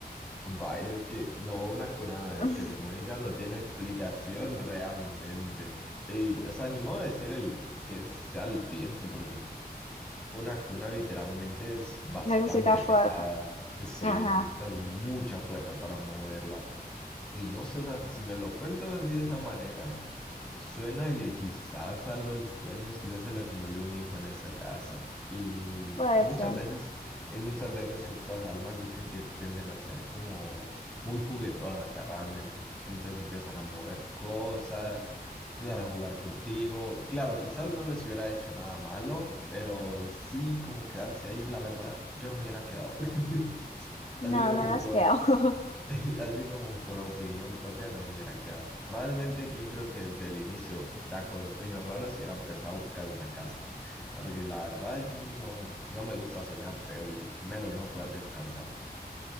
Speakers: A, in the centre; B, on the left (about 40°).
A: Vaya, es que no, una cuna
B: <laughs>
A: que se mueve ya no tiene explicación realmente. Y, o sea, ni modo de decir el, que sea el viento, porque una cuna literalmente es bastante
B: Necesita fuerte.
A: pesada. Sí,
B: Ajá,
A: necesitas mucha fuerza para moverla. Y no sé, o sea, si me lo cuentas así de esa manera, suena que quizás a los dueños, quizás se les murió un hijo en esa casa. Y
B: puede
A: muchas
B: ser.
A: veces, y muchas veces estas almas dicen que tienden a ser como muy juguetonas, ah, realmente. Entonces empiezan a mover cosas, empiezan a jugar contigo. Claro, quizás no les hubiera hecho nada malo, pero sí como quedarse ahí, la verdad, yo no me hubiera quedado. <laughs>
B: No,
A: Así como
B: no nos
A: por
B: quedamos. <laughs>
A: <laughs> Así como por opinión propia no me hubiera quedado. Realmente que yo creo que desde el inicio, ya con los sueños raros, hubiera empezado a buscar una casa. Porque la verdad no, no me gusta soñar feo y menos no poder descansar.